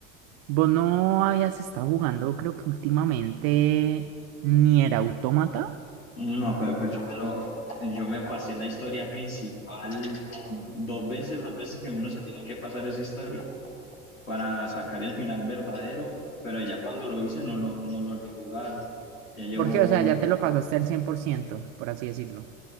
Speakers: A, on the right; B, on the left.
A: Vos no habías estado jugando, creo que últimamente, ni era Autómata.
B: No, pero pues yo me lo, yo me pasé la historia principal con dos veces, las veces que uno se tiene que pasar esa historia para sacar el final verdadero, pero ya cuando lo hice no lo, no lo volví a jugar. Ya llevo
A: Porque, o sea, ya te lo pasaste al 100%, por así decirlo.